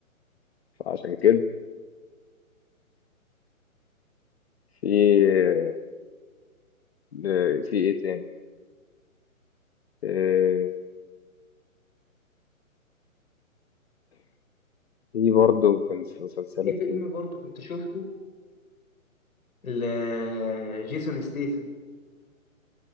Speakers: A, on the left; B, on the left.
A: فعشان كده في ده- في ايه تاني آه، في برضه كانت في مسلسلات
B: في فيلم
A: ايه
B: برضه كنت شفته لجيسون ستيثم